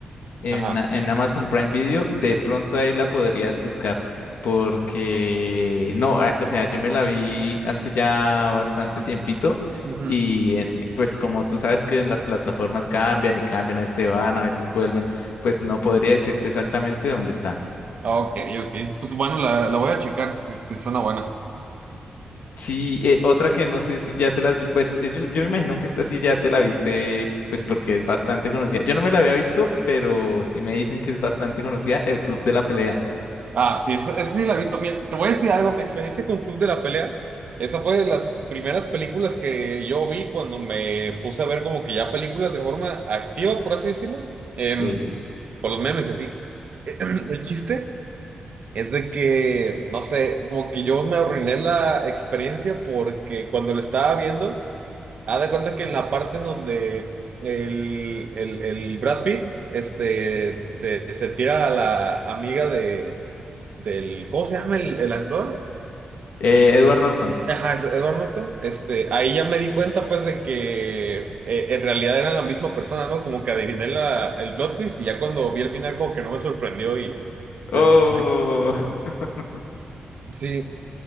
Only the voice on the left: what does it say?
en,
en Amazon Prime Video, de pronto ahí la podrías buscar. Porque no, a- o sea, yo me la vi hace ya bastante tiempito.
Y eh, pues como tú sabes que en las plataformas cambian y cambian, a veces se van, a veces vuelven, pues no podría decirte exactamente dónde está.
Sí, eh, otra que no sé si ya te las vi- pues eh, yo, yo me imagino que esta sí ya te la viste, pues porque es bastante conocida. Yo no me la había visto, pero sí me dicen que es bastante conocida, El Club de la Pelea.
Sí.
Eh, Edward Norton.
Oh,
<laughs>